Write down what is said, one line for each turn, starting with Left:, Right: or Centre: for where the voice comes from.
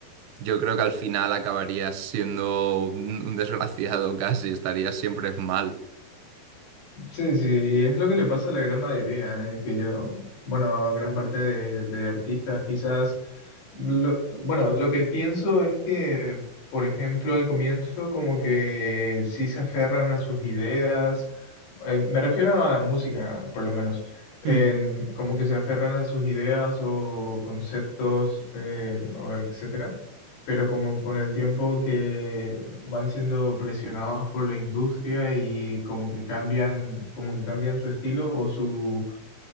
Right: yo creo que al final acabarías siendo un, un desgraciado <laughs> casi, estarías siempre mal.
Left: Sí, sí, y es lo que le pasa a la gran mayoría, eh, que yo, bueno, a gran parte de, de artistas, quizás, lo- bueno, lo que pienso es que, por ejemplo, al comienzo como que sí se aferran a sus ideas, eh, me refiero a música, por lo menos, en,
Right: Mm.
Left: como que se aferran a sus ideas o conceptos, eh, o etcétera pero como con el tiempo que van siendo presionados por la industria y como que cambian, como que cambian su estilo o su,